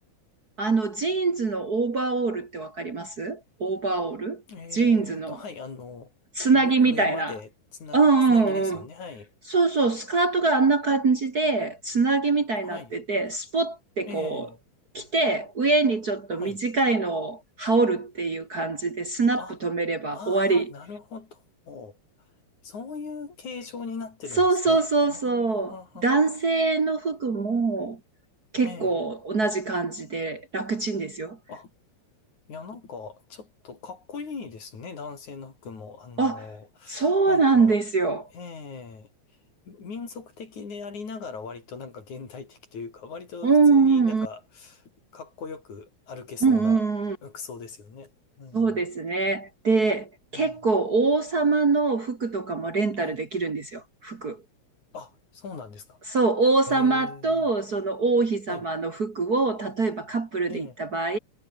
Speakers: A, on the right; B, on the left.
A: あの、ジーンズのオーバーオールってわかりますオーバーオールジーンズの
B: ええと、はい、あの、
A: つなぎみたいな。
B: 上、上までつな、
A: うんうんうん。
B: つなぎですよね。はい。
A: そうそう、スカートがあんな感じで、つなぎみたいになってて、
B: はい。
A: スポッてこう、
B: ええ
A: 着て、上にちょっと短いのを羽織るっていう感じで、
B: はい。
A: スナップ止めれば終わり。
B: あ、ああ、なるほど。そういう形状になってるんですね。
A: そうそうそうそう。
B: あ
A: 男性の服も結構同じ感じで楽ちんですよ。
B: あ、ええ。あ、いや、なんか、ちょっとかっこいいですね、男性の服も。あの、
A: あ、そうなんですよ。
B: なんか、ええ、民族的でありながら割となんか現代的というか、割と普通になんか、
A: うんうんうん。
B: かっこよく歩けそうな服装ですよね。
A: うんうんうん
B: うん。
A: そうですね。で、結構王様の服とかもレンタルできるんですよ、
B: うん。はい。
A: 服。
B: あ、そうなんですか。
A: そう、王様とその王妃様の服を、
B: ええ、はい。
A: 例えばカップルで行った場合、
B: ええ、